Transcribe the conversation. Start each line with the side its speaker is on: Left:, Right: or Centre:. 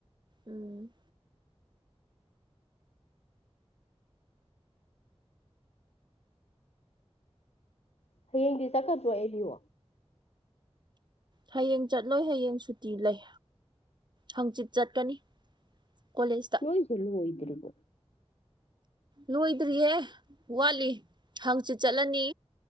Right: ꯎꯝ
Left: ꯍꯌꯦꯡꯗꯤ ꯆꯠꯀꯗ꯭ꯔꯣ ꯑꯦꯝ ꯌꯨ
Right: ꯍꯌꯦꯡ ꯆꯠꯂꯣꯏ ꯍꯌꯦꯡ ꯁꯨꯇꯤ ꯂꯩ ꯍꯪꯆꯤꯠ ꯆꯠꯀꯅꯤ ꯀꯣꯂꯦꯖ
Left: ꯅꯣꯢꯁꯦ ꯂꯣꯢꯗꯔꯤꯕꯣ
Right: ꯂꯣꯏꯗ꯭ꯔꯤꯍꯦ ꯋꯥꯠꯂꯤ ꯍꯪꯆꯤꯠ ꯆꯠꯂꯅꯤ